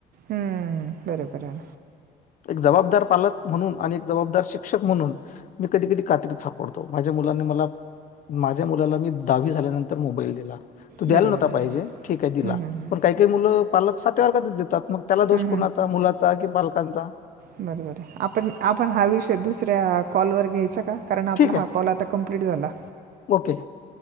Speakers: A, on the right; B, on the left.
A: हम्म, बरोबर आहे
B: एक जबाबदार पालक म्हणून आणि जबाबदार शिक शिक्षक म्हणून मी कधी कधी कात्रीत सापडतो माझ्या मुलांनी मला... माझ्या मुलाला मी दहावी झाल्यानंतर मोबाईल दिला. तू द्याला
A: बरं
B: नव्हता
A: बरं बरं
B: पाहिजे
A: बरं
B: ठीक आहे दिला
A: हं, हं, हं.
B: पण काही काही मुलं पालक सात्या वारगच देतात मग त्याला
A: हं,
B: दोष कोनाच मुलाचा कि पालकांचा.
A: बरोबर आहे आपण आपण हा विषय दुसऱ्या कॉलवरर घ्यायचा का. कारेन आपला
B: ठीक आहे
A: कॉल कम्प्लीट झाला.
B: ओके